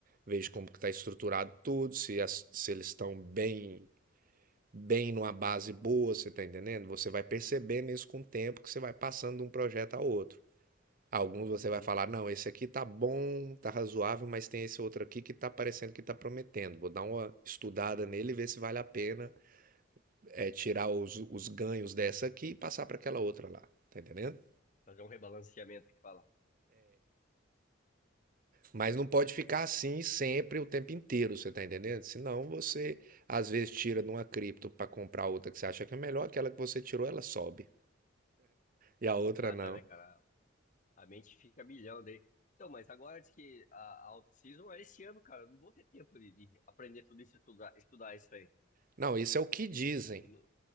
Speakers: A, on the right; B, on the left.
A: vejo como que está estruturado tudo, se, as- se eles estão bem, bem numa base boa, você está entendendo? Você vai percebendo isso com o tempo que você vai passando de um projeto a outro. Alguns você
B: uhum.
A: vai falar, não, esse aqui tá bom, tá razoável, mas tem esse outro aqui que tá parecendo que tá prometendo. Vou dar uma estudada nele e ver se vale a pena é, tirar os, os ganhos dessa aqui e passar para aquela outra lá. Tá entendendo?
B: Fazer um rebalanceamento que fala.
A: Mas não pode ficar assim sempre, o tempo inteiro, você tá entendendo? Senão você, às vezes, tira de uma cripto para comprar outra que você acha que é melhor, aquela que você tirou, ela sobe. E a
B: Isso
A: outra
B: que mata,
A: não.
B: né, cara? A mente fica a milhão daí. Então, mas agora diz que a, a off-season é esse ano, cara. Eu Não vou ter tempo de, de aprender tudo isso, estudar, estudar isso aí.
A: Não, isso é o que dizem.
B: E não,